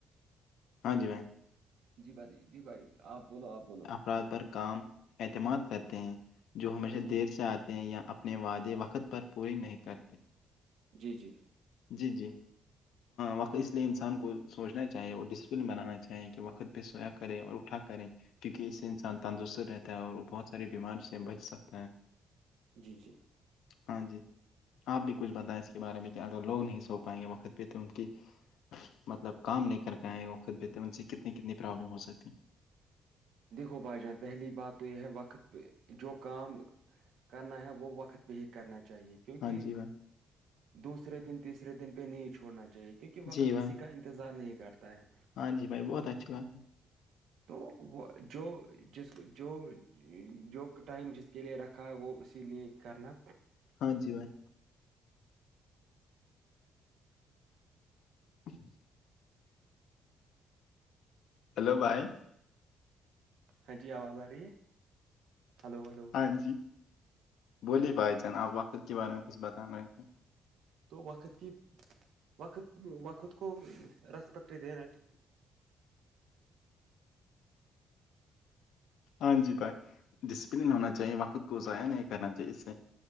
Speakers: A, on the left; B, on the right.
A: ہاں جی بھائی
B: جی بھائیی جی بھائی آپ بولو آپ بولو
A: اراد پر کام اعتماد کرتے ہیں جو ہمیشہ
B: جی
A: دیر سے آتے ہیں یا اپنے وادی وقت پر پوری نہیں کرتے
B: جی جی
A: جی جی وقت اس لیے انسان کو سوچنا چاہیے اور ڈسپلن بنانا چاہیے کہ وقت پہ سوق کریں اور اٹھا کریں کیونکہ اس سے انسان تندرست رہتا ہے اور وہ بہت ساری بیماری سے بچ سکتا ہے
B: جی جی
A: ہاں جی آپ بھی کچھ بتائیں اس کے بارے میں کہ اگر لوگ نہیں سو پائیں گے وقت پہ تو ان کی مطلب کام نہیں کر کے آئے وہ خود بہتے ان سے کتنی کتنی پرابلم ہو سکتی
B: دیکھو بھائی جان پہلی بات تو یہ ہے وقت پہ جو کام کرنا ہے وہ وقت پہ ہی کرنا چاہیے کیونکہ
A: ہاں جی بھائی
B: دوسرے دن تیسرے دن پہ نہیں چھوڑنا چاہیے کیونکہ وقت
A: جی بھائی
B: کسی کا انتظار نہیں کرتا ہے
A: ہاں جی بھائی بہت اچھی بات ہے
B: تو وہ جو جس جو جو ٹائم جس کے لیے رکھا ہے وہ اسی لیے کرنا
A: ہاں جی بھائی <inaudible> ہیلو بھائی
B: ہاں جی آواز آ رہی ہے ہلو ہلو
A: ہاں جی بولیے بھائی جان آپ وقت کے بارے میں کچھ بتانے تھے
B: تو وقت کی وقت وقت کو رس پکری دین
A: ہاں جی بھائی ڈسپلن ہونا چاہیے وقت کو ضائع نہیں کرنا چاہیے اس سے